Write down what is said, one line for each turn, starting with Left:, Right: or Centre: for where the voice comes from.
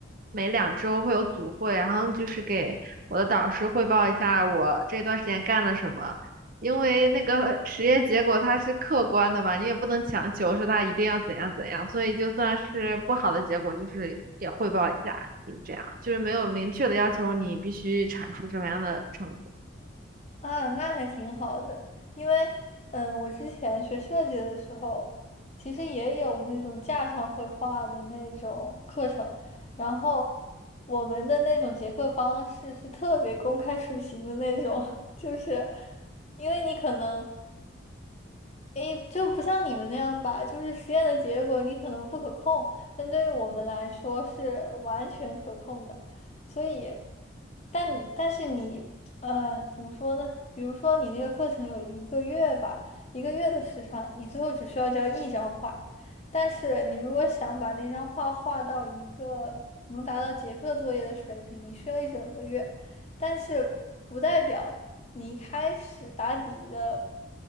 Right: 每两周会有组会，然后就是给我的导师汇报一下我这段时间干了什么。因为那个实验结果它是客观的嘛，你也不能强求说它一定要怎样怎样，所以就算是不好的结果，就是也汇报一下，就是这样，就是没有明确的要求你必须产出什么样的成果。
Left: 啊，那还挺好的，因为嗯，呃我之前学设计的时候，其实也有那种架上绘画的那种课程，然后我们的那种结课方式是特别公开出行的那种，<laughs> 就是因为你可能。诶，就不像你们那样吧，就是实验的结果你可能不可控，但对于我们来说是完全可控的。所以，但但是你呃，怎么说呢？比如说你那个课程有一个月吧，一个月的时长，你最后只需要交一张画。但是你如果想把那张画画到一个能达到结课作业的水平，你需要一整个月。但是不代表。你一开始打底的，